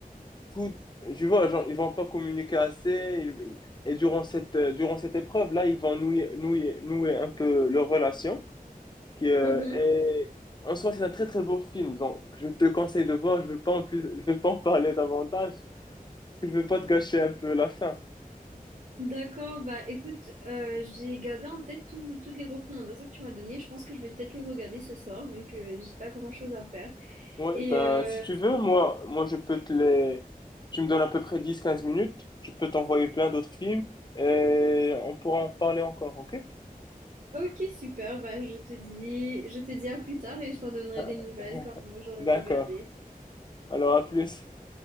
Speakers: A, on the left; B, on the right.
A: Tout, tu vois, genre, ils vont pas communiquer assez. ils- Et durant cette, euh, durant cette épreuve, là, ils vont nouer, nouer, nouer un peu leur relation. Qui, euh,
B: Mhm.
A: est- en soi, c'est un très, très beau film. Donc, je te conseille de voir. Je veux pas en plus, je veux pas en parler davantage. Parce que je veux pas te gâcher un peu la fin.
B: D'accord, bah écoute, euh, j'ai gardé en tête tout- toutes les recommandations que tu m'as données. Je pense que je vais peut-être les regarder ce soir vu que j'ai pas grand-chose à faire.
A: Ouais,
B: Et
A: ben,
B: euh,
A: si tu veux, moi, moi, je peux te les. Tu me donnes à peu près dix quinze minutes. Je peux t'envoyer plein d'autres films et on pourra en parler encore, ok?
B: Ok, super. Ben, je te dis, je te dis à plus tard et je t'en donnerai
A: <laughs>
B: des nouvelles quand j'aurai
A: D'accord.
B: regardé.
A: Alors, à plus.